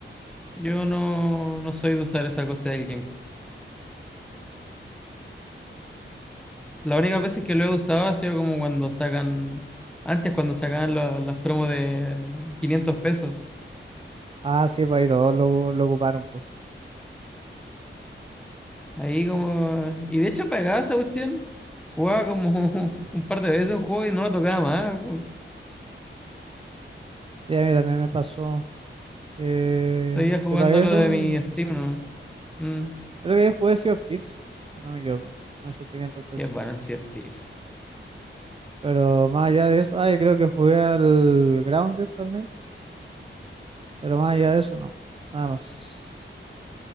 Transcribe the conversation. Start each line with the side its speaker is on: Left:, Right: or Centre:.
Centre: yo no, no soy de usar esa cosa del Game Pass. La única vez que lo he usado ha sido como cuando sacan, antes cuando sacaban la- las promos de 500 pesos.
Right: Ah, sí, pues ahí todos lo, lo ocuparon, pues.
Centre: Ahí como, y de hecho pagaba esa cuestión, jugaba como <laughs> un par de veces un juego y no lo tocaba más. como-
Right: Y a mí también me pasó Eh,
Centre: Seguía jugando
Right: que pagué
Centre: lo
Right: eso.
Centre: de mi
Right: eh,
Centre: Steam, ¿no? Mm,
Right: creo que jugué Sea of Tips, si no me equivoco, con sus 500 pesos.
Centre: qué bueno el Sea of Thieves.
Right: Pero más allá de eso, ah, yo creo que jugué al Grounded también, pero más allá de eso, no. Nada más.